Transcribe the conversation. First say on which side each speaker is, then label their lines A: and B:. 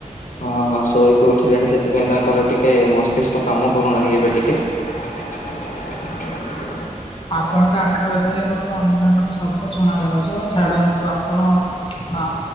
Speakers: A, on the left; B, on the left.
A: ହଁ ହଁ ଶୋଇକି ଉଠିଲେଣି ସେଥିପାଇଁ ତାଙ୍କର ଟିକେ ମସ୍ତିଷ୍କ କାମ କରୁନାହିଁ ଏବେ ଟିକେ। <inaudible>
B: ଆପଣଙ୍କ ଆଖପାଖରେ ମତେ ଅନ୍ୟ ଏକ ଶବ୍ଦ ଶୁଣା ଯାଉଛି ଓ ଛାଡନ୍ତୁ ଆପଣ ଆ